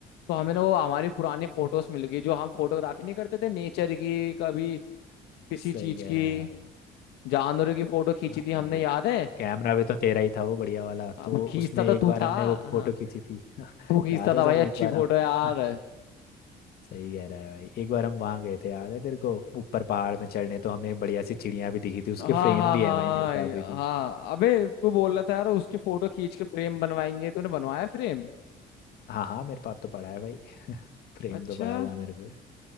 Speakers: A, on the left; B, on the left.
A: तो हमें ना वो हमारी पुरानी फोटोज मिल गई जो हम फोटोग्राफी नहीं करते थे नेचर की कभी किसी
B: सही
A: चीज
B: कह
A: की
B: रहा है भाई
A: जानवरों की फोटो खींची
B: हाँ
A: थी हमने
B: भाई
A: याद है
B: तो कैमरा भी तो तेरा ही था वो बढ़िया वाला
A: अब
B: तो
A: खींचता
B: उसमें
A: तो
B: एक
A: तू
B: बार
A: था
B: हमने वो फोटो
A: हाँ
B: खींची थी <laughs>
A: तू खींचता
B: याद है
A: था
B: जब
A: भाई अच्छी
B: एक बार
A: फोटो
B: हम
A: यार
B: <laughs> सही कह रहा है भाई एक बार हम वहां गए थे याद है तेरे को ऊपर पहाड़ में चढ़ने तो हमें बढ़िया सी चिड़िया भी दिखी थी उसके
A: हाँ
B: फ्रेम
A: हाँ
B: भी
A: हाँ हाँ
B: है भाई मेरे पास अभी भी
A: हाँ अबे तू बोल रहा था यार उसकी फोटो खींच के फ्रेम बनवाएंगे तूने बनवाया फ्रेम
B: हाँ हाँ मेरे पास तो पड़ा है भाई फ्रेम
A: अच्छा
B: तो पड़ा हुआ है मेरे पे